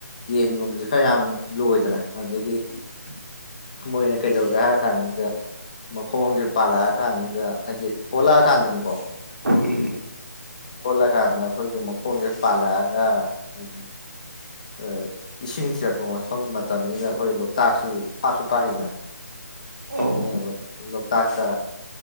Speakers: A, on the left (about 25°); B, on the right (about 65°).
A: ꯌꯦꯟꯒꯨꯝꯕꯁꯦ ꯈꯔ ꯌꯥꯝ ꯂꯣꯏꯗꯅ ꯑꯗꯒꯤ
B: <inaudible>
A: ꯃꯣꯏꯅ ꯀꯩꯗꯧꯒꯦ ꯍꯥꯏꯔ ꯀꯥꯟꯁꯤꯗ ꯃꯈꯣꯡꯁꯦ ꯄꯥꯜꯂꯛꯑ ꯀꯥꯟꯁꯤꯗ ꯍꯥꯏꯗꯤ ꯑꫭꯟꯂꯛꯑꯥ ꯀꯥꯟꯗꯅꯤꯀꫭ
B: ꯎꯝ
A: ꯑꯣꯜꯂꯀꯥꯟꯗ ꯑꯩꯈꯣꯏꯒꯤ ꯃꯈꯣꯡꯁꯦ ꯄꯥꯜꯂꯛꯑꯒ ꯍꯥꯏꯗꯤ ꯑꯥ ꯏꯁꯤꯡ ꯊꯤꯔꯛꯄ ꯃꯐꯝ ꯃꯇꯝꯁꯤꯗ ꯑꯩꯈꯣꯏ ꯂꯣꯛꯇꯥꯛꯁꯤ ꯄꯥꯛꯁꯨ ꯄꯥꯛꯏꯗꯅ
B: ꯑꯧ
A: ꯑꯣ ꯂꯣꯛꯇꯥꯛꯇ